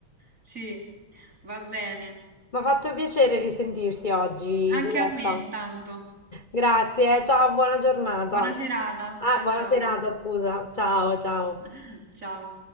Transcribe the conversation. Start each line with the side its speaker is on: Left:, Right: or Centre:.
Right: Sì, va bene.
Left: Mi ha fatto piacere risentirti oggi,
Right: Anche
Left: Roberta.
Right: a me, tanto.
Left: Grazie, ciao, buona giornata.
Right: Buona serata.
Left: Ah,
Right: Ciao
Left: buona
Right: ciao.
Left: serata, scusa. Ciao, ciao.
Right: <laughs> Ciao.